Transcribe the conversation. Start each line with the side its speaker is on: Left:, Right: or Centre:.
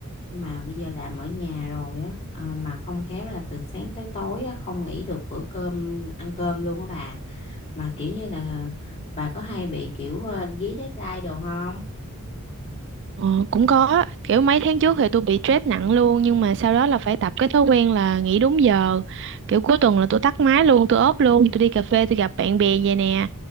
Left: nhưng mà bây giờ làm ở nhà rồi á ờ, mà không khéo là từ sáng tới tối á không nghỉ được bữa cơm ăn cơm luôn á bà mà kiểu như là bà có hay bị kiểu ờ, dí deadline đồ không?
Right: ờ, cũng có kiểu mấy tháng trước thì tôi bị stress nặng luôn nhưng mà sau đó là phải tập cái thói quen là nghỉ đúng giờ kiểu cuối tuần là tôi tắt máy luôn tôi ốp luôn tôi đi cà phê tôi gặp bạn bè vậy nè